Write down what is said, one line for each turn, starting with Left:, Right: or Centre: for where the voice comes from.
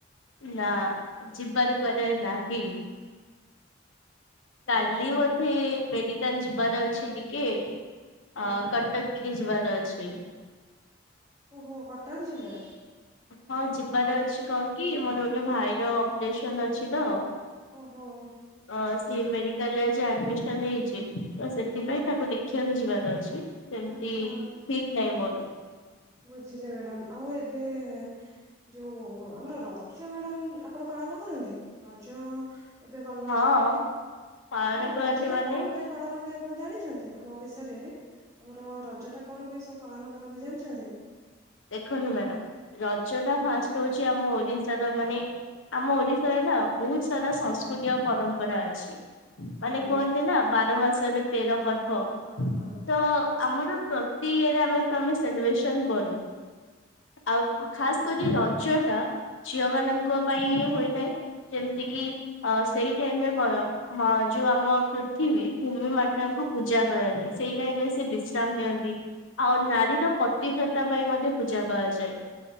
Left: ନା ଯିବାରେ କୁଆରେ ନାହିଁ। କାଲି
Right: ଆଚ୍ଛା।
Left: ବୋଧେ ମେଡିକାଲ୍ ଯିବାର ଅଛି ଟିକେ ଅ
Right: ହଁ
Left: କଟକ୍। <unintelligible> କି ଯିବାର ଅଛି।
Right: ଓହୋ କଟକ ଯିବେ।
Left: ହଁ ଯିବାର ଅଛି କଣ କି ମୋର ଗୋଟେ ଭାଇର ଅପରେସନ୍ ଅଛି ତ।
Right: ଓହୋ। ଆଚ୍ଛା
Left: ଅ
Right: ଆଚ୍ଛା
Left: ସିଏ ମେଡିକାଲରେ ଆଜି ଆଡମିସନ୍ ହେଇଚି। ତ ସେଥିପାଇଁ
Right: ଆଜ୍ଞା
Left: ତାଙ୍କୁ ଦେଖିଆକୁ ଯିବାର ଅଛି ସେମିତି
Right: ଆଚ୍ଛା
Left: ଠିକ୍ ନାଇଁ ମୋର।
Right: ବୁଝିଲି ମ୍ୟାଡ଼ାମ୍ ଆଉ ଏବେ ଯୋଉ ଆମର ରଜ ମ୍ୟାଡାମ୍ ଆପଣ ପାଳନ କରନ୍ତି? ରଜ ଏବେ ଗଲା
Left: ହଁ ପାଳନ
Right: ଆମର
Left: କରନ୍ତି
Right: ରଜ ଟା
Left: ମାନେ
Right: କଣ ପାଇଁ ପାଳନ ହୁଏ ଆପଣ ଜାଣିଚନ୍ତି ଆମ ଓଡିଶାରେ ଆମର ରଜ ଟା କଣ ପାଇଁ ସବୁ ପାଳନ କରନ୍ତି ଜାଣିଚନ୍ତି?
Left: ଦେଖନ୍ତୁ ମ୍ୟାଡାମ୍ ରଜ ଟା
Right: ହଁ
Left: ଫାଷ୍ଟ ହଉଚି ଆମ ଓଡିଶାର ମାନେ ଆମ ଓଡିଶାରେ ନା ବହୁତ୍ ସାରା ସଂସ୍କୃତି ଓ ପରମ୍ପରା ଅଛି। ମାନେ
Right: ଆଜ୍ଞା
Left: କୁହନ୍ତି ନା ବାର ମାସରେ ତେର ପର୍ବ।
Right: ହଁ ହଁ
Left: ତ
Right: ହଁ।
Left: ଆମର ପ୍ରତି ଇୟରେ ଆମେ ତମେ ସେଲିବ୍ରେସନ୍ କରୁ। ଆଉ ଖାସ୍
Right: ଆଜ୍ଞା
Left: କରି ରଜ ଟା ଝିଅ ମାନଙ୍କ ପାଇଁ ହୋଇଥାଏ। ଯେମିତି କିି ଅ ସେଇ ଟାଇମ୍ ଏ କର ହ ଯୋଉ ଆମ ପୃଥିବୀ ଭୂମି ମାତାଙ୍କୁ ପୂଜା କରାଯାଏ ସେଇ ଟାଇମ୍ ରେ ସେ ବିଶ୍ରାମ୍ ନିଅନ୍ତି। ଆଉ ନାରୀର ପ୍ରତିବ୍ରତା ପାଇଁ ମଧ୍ୟ ପୂଜା କଆଯାଏ